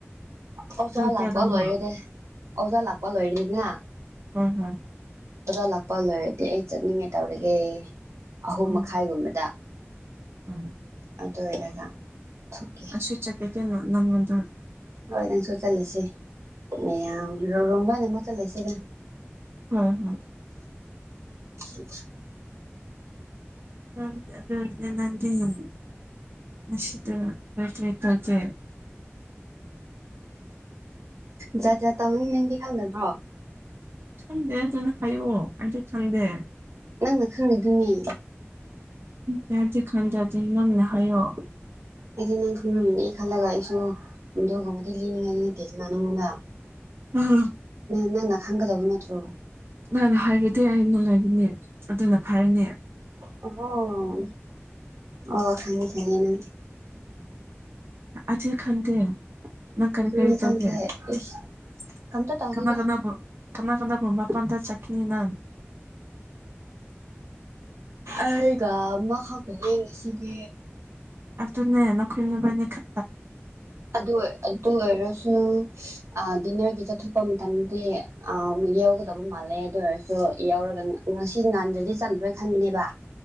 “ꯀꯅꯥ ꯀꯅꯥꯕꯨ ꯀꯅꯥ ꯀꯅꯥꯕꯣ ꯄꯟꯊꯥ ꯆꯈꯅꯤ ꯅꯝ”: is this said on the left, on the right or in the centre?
Right